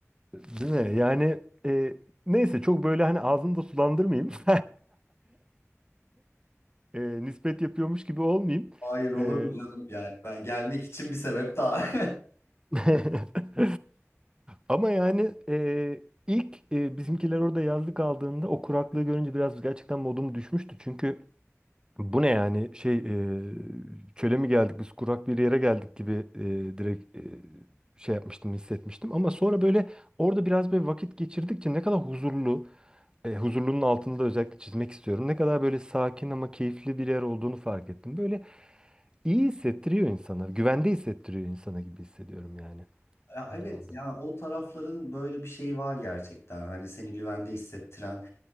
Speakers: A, on the right; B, on the left.
A: Değil mi? Yani e, neyse çok böyle hani ağzımı da sulandırmayayım. <laughs> E, nispet yapıyormuş gibi olmayayım.
B: Hayır olur
A: E,
B: mu canım yani. Ben gelmek için bir sebep daha. <laughs>
A: <laughs> ama yani e, ilk e, bizimkiler orada yazlık aldığında o kuraklığı görünce biraz gerçekten modum düşmüştü. Çünkü bu ne yani şey e, çöle mi geldik biz kurak bir yere geldik gibi e, direkt e, şey yapmıştım hissetmiştim. Ama sonra böyle orada biraz böyle vakit geçirdikçe ne kadar huzurlu e, huzurlunun altını da özellikle çizmek istiyorum. Ne kadar böyle sakin ama keyifli bir yer olduğunu fark ettim. Böyle iyi hissettiriyor insana, güvende hissettiriyor insana gibi hissediyorum yani
B: Ya evet
A: bir yandan
B: yani
A: da.
B: o tarafların böyle bir şeyi var gerçekten. Hani seni güvende hissettiren